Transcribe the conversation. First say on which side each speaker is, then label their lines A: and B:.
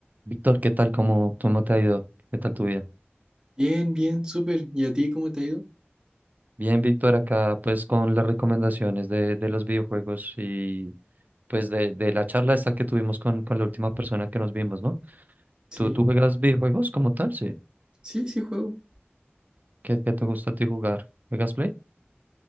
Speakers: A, on the right; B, on the right.
A: Víctor, ¿qué tal? ¿Cómo, cómo te ha ido? ¿Qué tal tu vida?
B: Bien, bien, súper. ¿Y a ti cómo te ha ido?
A: Bien, Víctor, acá pues con las recomendaciones de, de los videojuegos y pues de, de la charla esta que tuvimos con, con la última persona que nos vimos, ¿no?
B: Sí,
A: ¿Tú, tú juegas videojuegos como tal? Sí.
B: sí, sí juego.
A: ¿Qué, qué te gusta a ti jugar? ¿Juegas Play?